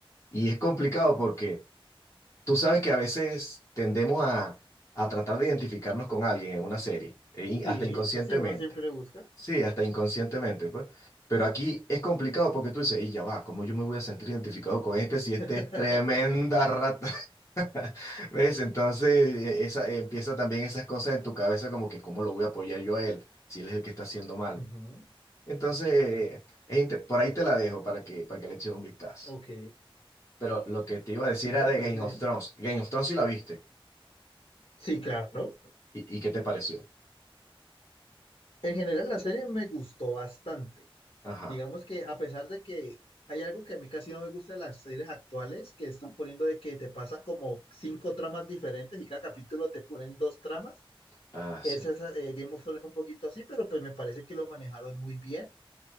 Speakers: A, on the left; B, on the left.
A: Y es complicado porque tú sabes que a veces tendemos a, a tratar de identificarnos con alguien en una serie, e- y
B: Sí,
A: hasta inconscientemente.
B: sí, uno siempre busca.
A: Sí, hasta inconscientemente, pues. Pero aquí es complicado porque tú dices, y ya va, ¿cómo yo me voy a sentir identificado con este si este
B: <laughs>
A: es tremenda rata? <laughs> ¿Ves? Entonces e- esa, eh, empieza también esas cosas en tu cabeza como que, ¿cómo lo voy a apoyar yo a él si él es el que está haciendo mal?
B: Ujú,
A: Entonces, eh, es inter- por ahí te la dejo para que, para que le eches un vistazo.
B: Ok,
A: Pero lo que te iba a decir
B: sí,
A: era
B: me
A: de
B: parece
A: Game
B: bien.
A: of Thrones. Game of Thrones sí la viste.
B: Sí, claro.
A: ¿Y, y qué te pareció?
B: En general, la serie me gustó bastante.
A: Ajá.
B: Digamos que a pesar de que hay algo que a mí casi no me gusta de las series actuales, que están poniendo de que te pasan como cinco tramas diferentes y cada capítulo te ponen dos tramas.
A: Ah,
B: Esa
A: sí.
B: es, eh, Game of Thrones es un poquito así, pero pues me parece que lo manejaron muy bien.